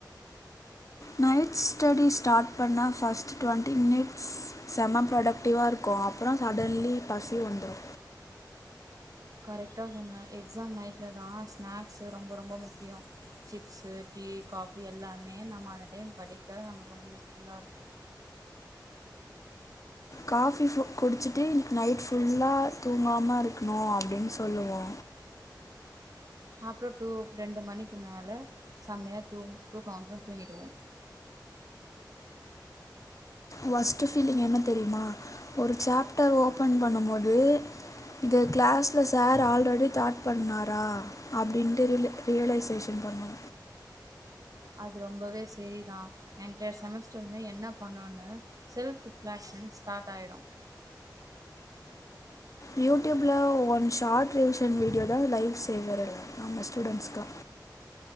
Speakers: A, on the left; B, on the right.
A: நைட் ஸ்டடி ஸ்டாட் பண்ண ஃபஸ்ட்டு ட்வண்ட்டி மினிட்ஸ் செம ப்ரொடக்டிவா இருக்கு அப்புறோ சடன்லி பசி வந்துரு
B: கரெக்டா சொன்ன எக்ஸாம் நைட்ல தான் ஸ்நேக்ஸு ரொம்ப ரொம்ப முக்கியொ சிப்ஸு டீ காஃபி எல்லாமே நம்ம அந்த டைம் படிக்க நமக் ரொம்ப யூஸ்ஃபுல்லா ருக்கு
A: காஃபி குடிச்சிட்டு நைட் ஃபுல்லா தூங்காம இருக்கணு அப்டின் சொல்லுவோ
B: அப்றோ டூ ரெண்டு மணிக்கு மேல செமையா தூ தூக்கம் வந்ரு தூங்கிடுவோ
A: வஸ்ட்டு ஃபீலிங் என்ன தெரியுமா ஒரு சாப்டர் ஓப்பன் பண்ணும்போது இத க்ளாஸ்ல சார் ஆல்ரெடி தாட் பண்ணாரா அப்டின்ட்டு ரில் ரியலைசேஷன் பண்ணோ
B: அது ரொம்பவே செரிதான் என்டயர் செமஸ்டருமே என்ன பண்ணுனு செல்ஃப் ரிஃப்லக்ஷன் ஸ்டாட் ஆயிடும்
A: யூடியூப்ல ஒன் ஷாட் ரிவிஷன் வீடியோ தா லைவ் சேவரல்லா நம்ம ஸ்டுடெண்ஸ்கெலா